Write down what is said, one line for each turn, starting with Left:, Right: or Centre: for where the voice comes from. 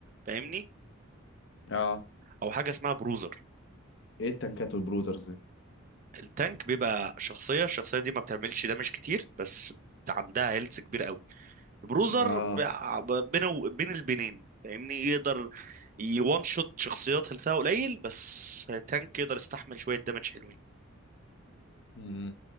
Right: فاهمني
Left: اه
Right: او حاجه اسمها بروزر
Left: ايه التنكات والبروترز دي
Right: التانك بيبقى شخصيه الشخصيه دي ما بتعملش دامج كتير بس عندها هيلث كبير قوي البروزر
Left: اه
Right: بقى- بين بين البنين فاهمني يقدر يوان شوت شخصيات هيلثها قليل بس تانك يقدر يستحمل شويه دامج حلوين
Left: امم